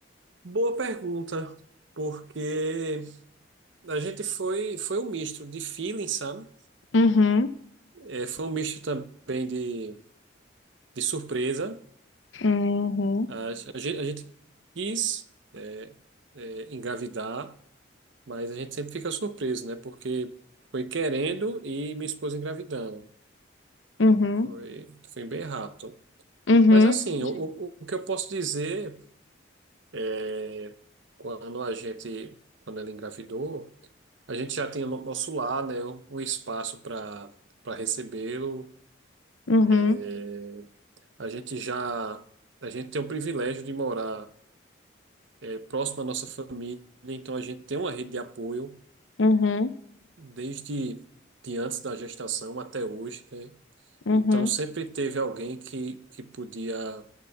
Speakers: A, on the right (about 70°); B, on the left (about 75°).
A: boa pergunta, porque a gente foi foi um misto de feeling, sabe?
B: Uhum,
A: É, foi um misto também de, de surpresa.
B: uhum,
A: A, a gente, a gente quis é, é, engravidar, mas a gente sempre fica surpreso, né? Porque foi querendo e minha esposa engravidando.
B: uhum,
A: Foi, foi bem rápido.
B: uhum,
A: Mas assim,
B: Entendi.
A: o, o o que eu posso dizer. É, quando a gente, quando ela engravidou, a gente já tinha no nosso lar, né, um um espaço para para recebê-lo.
B: uhum,
A: É, a gente já, a gente tem o privilégio de morar é, próximo à nossa família, então a gente tem uma rede de apoio
B: uhum,
A: desde de antes da gestação até hoje, né?
B: uhum,
A: Então sempre teve alguém que, que podia